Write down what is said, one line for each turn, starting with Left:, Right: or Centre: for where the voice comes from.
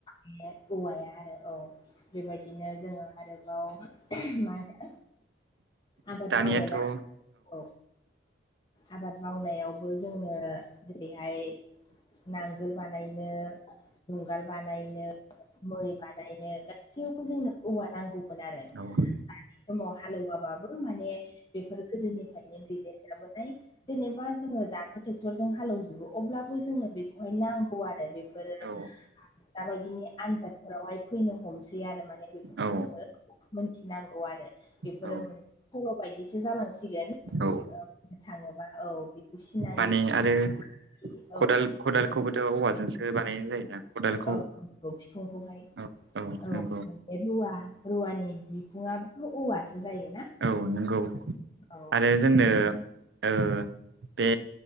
Left: बे औवाया आरो औ बेबायदिनो जोङो आरोबाव मा होनो आबाद
Right: दानियाथ'
Left: मावो ना औ आबाद मावनायावबो जोङो जेरैहाय नांगोल बानायनो जुंगाल बानायनो मै बानायनो गासैयावबो जोंनो औवा नांगौमोन आरो।
Right: औ
Left: दानि समाव हालौवाबाबो माने बेफोर गोदोनिफ्रायनो दैदेनजाबोनाय। जेनेबा जोङो दाथ' ट्रेक्टरजों हालेवजोबो अब्लाबो जोंनो बेखौहाय नांगौ आरो बेफोरो
Right: औ
Left: दाबायदिनि आनजादफोरावहाय फैनो हमसै आरो माने बेफोरखौ
Right: औ
Left: जोङो मोनथिनांगौ आरो बेफोरो
Right: औ
Left: मोनसे सल' बायदिसो जालांसिगोन।
Right: औ
Left: ओ थाङोबा औ बेखौ सिनायि
Right: माने आरो खदाल
Left: औ
Right: खदालखौबोथ' औवाजोंसो बानायनाय जायोना। खदालखौ
Left: औ नंगौ फिखुंखौहाय
Right: औ
Left: औ
Right: नंगौ
Left: रुवा रुवानि बिखुङाबोथ' औवासो जायोना।
Right: नोंगौ
Left: औ
Right: आरो जोंनो ओ बे